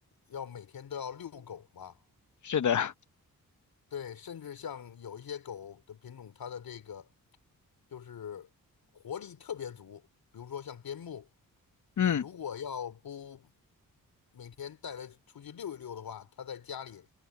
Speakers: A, on the left; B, on the left.
A: 要每天都要遛狗嘛。
B: 是的，
A: 对，甚至像有一些狗的品种，它的这个就是活力特别足，比如说像边牧，
B: <laughs>
A: 你如果要不
B: 嗯。
A: 每天带它出去溜一溜的话，它在家里